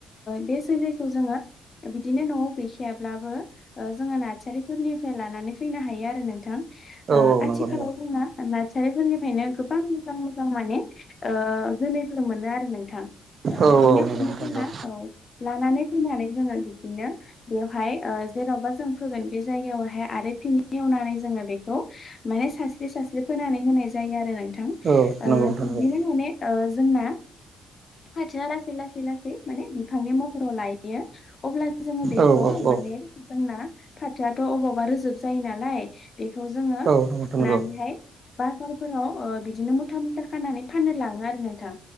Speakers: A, on the left; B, on the right.
A: बे जैखौ जोंङो बिदिनो न'आव गैखायाब्लाबो। जोंङो नासारिफोरनिफ्राय लानानै फैनो हायो आरो नोंथां। आथिखालाव
B: औ नंगौ नंगौ
A: जोंना नासारिफोरनिफ्रायनो गोबां मोजां मोजां माने। जोलैफोर मोनो आरो नोंथां। ओ
B: औ औ
A: बिनिखायनो
B: नोंगोव नोंथां।
A: जोंना
B: नंगौ
A: औ लानानै फैनानै जोंङो बिदिनो। बेवहाय जेनावबा जों फोगोन बे जायगायावहाय आरो थिनि एवनानै जोंङो बेखौ। माने सास्रि सास्रि फोनानै होनाय जायो आरो नोथां। नोथां
B: औ नंगौ नोंथां
A: ओ
B: नंगौ
A: बिदिनो माने जोंना फालोआ लासै लासै लासै। माने बिफांनि महराव लायो अब्ला जोंङो बेखौ
B: औ औ औ
A: माने जोंना फाथोआथ' अबावबा रोजोब जायो नालाय। बेखौ जोंङो
B: औ नंगौ नोंथां
A: फुनानैहाय।
B: नंगौ
A: बाजारफोराव बिदिनो मुथा मुथा खानानै फाननो लाङो आरो नोंथां।